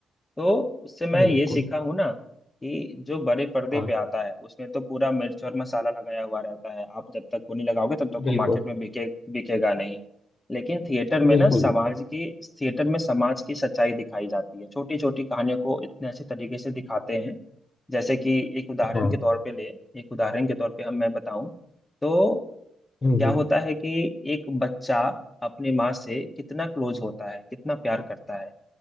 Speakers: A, on the left; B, on the left.
A: तो उससे मैं
B: बिल्कुल
A: ये सीखा हूँ ना कि जो बड़े पर्दे
B: हाँ
A: पे आता है उसमें तो पूरा मिर्च और मसाला लगाया हुआ रहता है आप जब तक वो नहीं लगाओगे तब तक वो
B: बिल्कुल
A: मार्केट में बिके बिकेगा नहीं लेकिन थिएटर में
B: बिल्कुल
A: ना समाज
B: बिल्कुल
A: की थिएटर में समाज की सच्चाई दिखाई जाती है छोटी छोटी कहानियों को इतने अच्छे तरीके से दिखाते हैं जैसे कि एक उदाहरण
B: हाँ
A: के तौर पे ले एक उदाहरण के तौर पे हम मैं बताऊं तो
B: हम्म
A: क्या
B: हम्म,
A: होता है कि एक बच्चा अपनी माँ से कितना क्लोज होता है कितना प्यार करता है